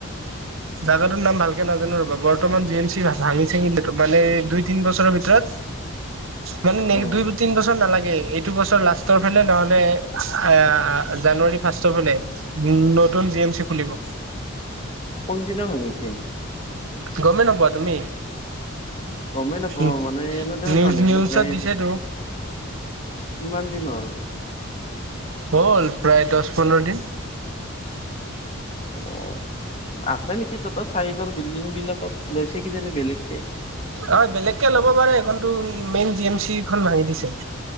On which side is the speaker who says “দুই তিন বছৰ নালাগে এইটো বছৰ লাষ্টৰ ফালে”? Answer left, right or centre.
Right